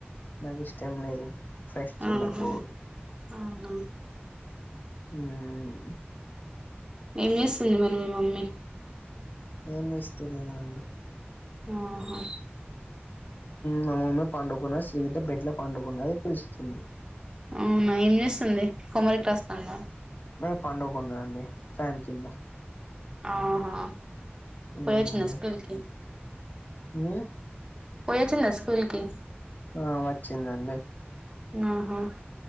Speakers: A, on the left; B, on the right.
A: నాకు ఇష్టం లేదు ఫెస్టులకు
B: ఆహా
A: పోవుడు
B: అవునా
A: మ్మ్
B: ఏం చేస్తుంది మరి మీ మమ్మీ
A: ఏం చేస్తలే మా అమ్మ
B: ఆహా
A: మా మమ్మీ పండుకున్నది స్వీత బెడ్ల పండుకున్నది పిలుస్తుంది
B: అవునా ఏం చేస్తుంది హోమ్ వర్క్ రస్తుంద
A: మే పండుకున్న అండి ఫ్యాన్ కింద
B: ఆహా పోయి
A: మ్మ్
B: వచ్చిన స్కూల్ కి
A: హ్మ్
B: పోయి వచ్చింద స్కూల్కి
A: ఆ వచ్చిందండి
B: ఆహా